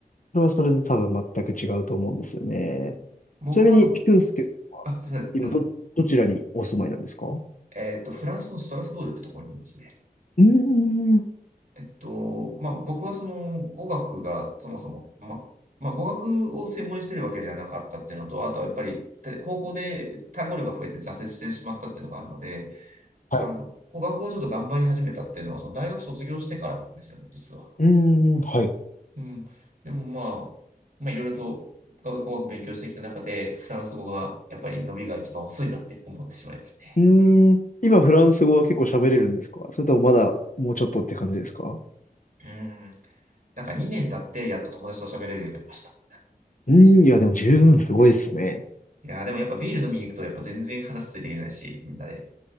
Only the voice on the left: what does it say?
それはそれで多分全く違うと思うんですよね。
ちなみに、俊介さんは、
今、
ど、どちらにお住まいなんですかう
ーん。
はい。
うーん、はい。
うーん。今、フランス語は結構喋れるんですかそれともまだ、もうちょっとって感じですか
うーん、いや、でも十分すごいですね。